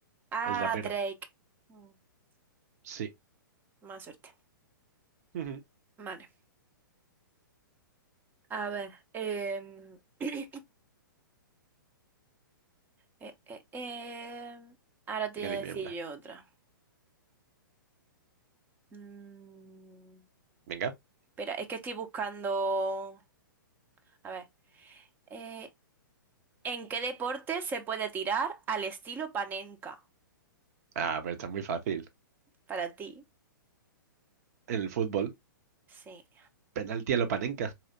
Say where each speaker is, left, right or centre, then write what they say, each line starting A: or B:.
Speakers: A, on the right; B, on the right.
A: Ah,
B: el rapero.
A: Drake. Mm,
B: Sí.
A: Más suerte.
B: Ujú.
A: Vale. A ver. em, <clears throat> eh, eh, em, Ahora te
B: Venga,
A: voy
B: dime
A: a decir
B: una.
A: yo otra. Mm,
B: Venga.
A: Espera, es que estoy buscando... A ver. eh, ¿En qué deporte se puede tirar al estilo panenka?
B: Ah, pero está muy fácil.
A: Para ti.
B: En el fútbol,
A: Sí,
B: penalti a lo Panenka.